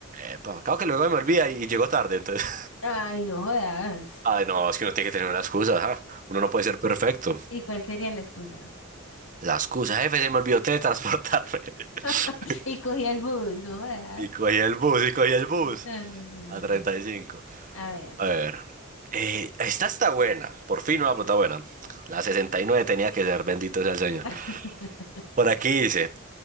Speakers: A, on the right; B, on the left.
A: Epa, claro que luego me olvida y, y llego tarde, entonces.
B: Ay, no jodas.
A: <laughs> Ay, no, es que uno tiene que tener una excusa, ajá. Uno no puede ser perfecto.
B: ¿Y cuál sería la excusa?
A: La excusa, jefe, se me olvidó teletransportarme. <laughs>
B: <laughs> Y cogí el bus, no jodas.
A: Y cogí el bus, y cogí el bus
B: No, no, no, no,
A: a
B: no.
A: 35.
B: A ver.
A: A ver, eh, esta está buena, por fin una pregunta buena. La 69 tenía que ser, bendito sea el
B: <laughs>
A: Señor. Por aquí dice,